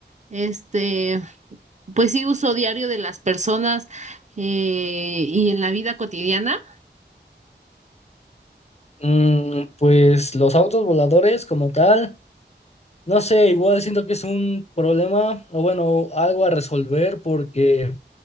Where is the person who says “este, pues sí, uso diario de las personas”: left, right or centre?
Right